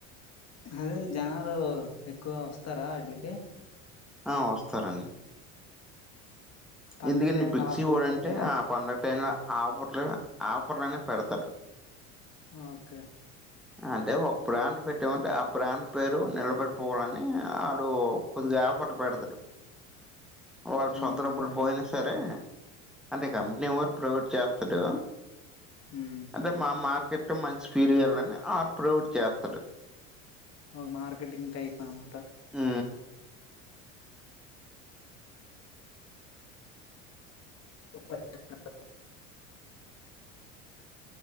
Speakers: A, on the left; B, in the centre.
A: అదే జనాలు ఎక్కువ వస్తారా వాట్లుకి
B: ఆ వస్తారండి
A: పండగ
B: ఎందుకండి
A: టైమ్
B: బిక్సీ
A: లో ఆఫర్లు
B: వాడు
A: పెడతారా
B: అంటే ఆ పండుగ టైమ్ లా ఆఫర్లు ఆఫర్లనే పెడతాడు
A: ఓకే
B: అంటే ఒక బ్రాండ్ పెట్టామంటే ఆ బ్రాండ్ పేరు నిలబెడిపోవాలని ఆడు కొద్దిగా ఆఫర్లు పెడతాడు వాళ్ళ
A: ఉమ్,
B: సొంత డబ్బులు
A: అదేలే
B: పోయిన సరే అంటే కంపెనీ వాడు ప్రొవైడ్ చేస్తాడు
A: ఉం
B: అంటే మా మార్కెట్లో మంచి ఫీరియాలని అప్రూవల్ చేస్తారు
A: ఓ మార్కెటింగ్ టైప్ ఆ అంతా
B: ఊ
A: <inaudible>